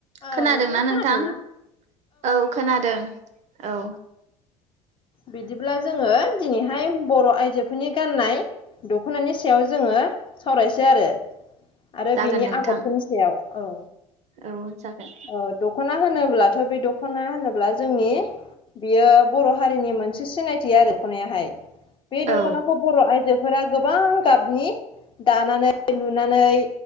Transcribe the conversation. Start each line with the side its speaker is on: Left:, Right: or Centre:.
Left: औ
Right: खोनादोंना
Left: नोंथाङा खोनादोंना?
Right: नोंथां? औ खोनादों औ।
Left: बिदिब्ला जोङो दिनैहाय बर' आयजोफोरनि गाननाय। दख'नानि सायाव जोङो सावरायसै आरो। आरो
Right: जागोन
Left: बेनि
Right: नोंथां
Left: आगरफोरनि सायाव औ।
Right: औ जागोन।
Left: अ दख'ना होनोब्लाथ' बे दख'ना होनोब्ला जोंनि बियो बर' हारिनि मोनसे सिनायथि आरो दख'नायाहाय बे दख'नाखौ
Right: औ
Left: बर' आइजो फोरा गोबां गाबनि दानानै लुनानै